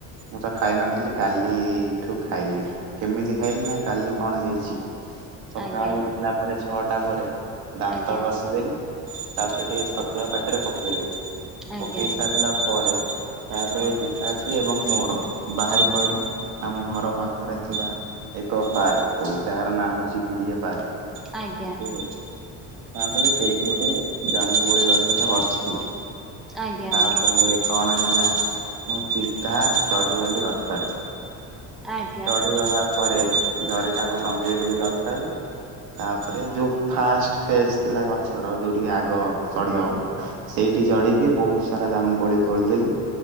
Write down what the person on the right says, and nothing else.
ମୁଁ ତ ଖାଇନଥିଲି କାଲିଠୁ ଖାଇଲି, କେମିତି ଖାଇଲି ନା କାଲି କଣ ହେଇଛି? ସକାଳୁ
ଉଠିଲା ପରେ ଛଅଟା ପରେ ଦାନ୍ତ
ଘଷିଦେଲି। ତାପରେ ଟିକେ ଛତୁଆ ପାଟିରେ ପକେଇଦେଲି।
ପକେଇ
ସାରିଲା ପରେ ତାପରେ ପିତା ଶ୍ରୀ ଏବଂ ମୋର ବାହାରି ପଡ଼ିଲୁ ଆମ ଘର ପାଖରେ ଥିବା ଏକ ପାର୍କ ଯାହାର ନାଁ ହଉଛି ବିଡିଏ ପାର୍କ।
ଠିକ ଅଛି ତାପରେ ସେଇଠି ଗୋଟେ ଜାମୁକୋଳି ଗଛଟେ ଅଛି।
ତାପରେ
କଣ ହେଲା ମୁଁ ସିଧା ଚଢିଗଲି ଗଛରେ।
ଚଢିଗଲା ପରେ ଜରିଟାକୁ ଟଙ୍ଗେଇ ଦେଲି ଗଛରେ। ତାପରେ ଯୋଉ ଫାଷ୍ଟ ଫେଜ ଥିଲା ଗଛର ଯୋଉଠିକି ଆଗ ଚଢି ହବ ସେଇ ସେଇଠି ଚଢିକି ବହୁତ ସାରା ଜାମୁକୋଳି ତୋଳିଦେଲି।